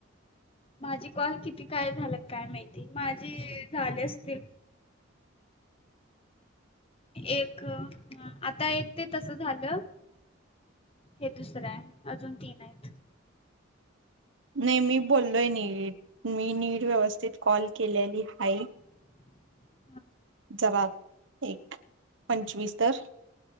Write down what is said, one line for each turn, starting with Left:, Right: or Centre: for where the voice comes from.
Left: माझी कॉल किती काय झालं काय माहिती माझी झाले असतील. एक. आता एक ते तसं झालं. हे दुसरं आहे. अजून तीन आहेत.
Right: नाही मी बोललोय नीट. मी नीर व्यवस्थित कॉल केलेली हाय.
Left: <inaudible>
Right: जवाब एक. पंचवीस तर